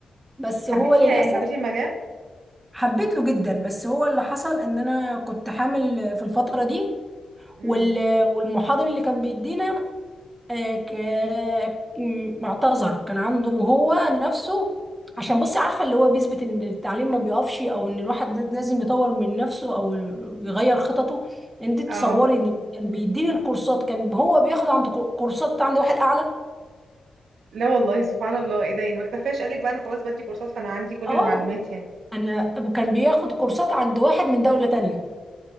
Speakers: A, on the right (about 15°); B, on the right (about 85°).
A: بس
B: حبيتيها
A: هو للأسف
B: يعني حبيتي المجال
A: حبيته جدا بس هو اللي حصل ان انا كنت حامل في الفترة دي
B: امم
A: وال- والمحاضر اللي كان بيدينا آه، ك- م- اعتذر كان عنده هو نفسه عشان بصي عارفة اللي هو بيثبت ان التعليم ما بيقفش او ان الواحد لا- لازم يطور من نفسه او يغير خططه انت تصوري
B: اه
A: ان كان بيديني الكورسات كان هو بياخد عند كو- كورسات عند واحد اعلى
B: لا والله سبحان الله ايه ده يعني ما اكتفاش قالك بقى انا خلاص بدي كورسات فانا عندي كل
A: اه
B: المعلومات يعني
A: انا كان بياخد كورسات عند واحد من دولة تانية